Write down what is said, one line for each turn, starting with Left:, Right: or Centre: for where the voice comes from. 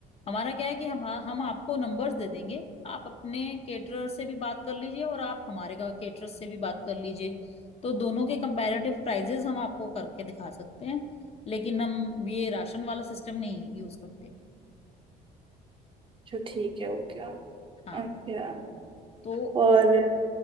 Left: हमारा क्या है कि हम हम आपको नंबर्स दे देंगे आप अपने केटरर से भी बात कर लीजिए और आप हमारे का केटरर से भी बात कर लीजिए तो दोनों के कंपैरेटिव प्राइजेस हम आपको करके दिखा सकते हैं लेकिन हम ये राशन वाला सिस्टम नहीं यूज करते
Right: अच्छा ठीक है ओके ओके
Left: हाँ तो
Right: और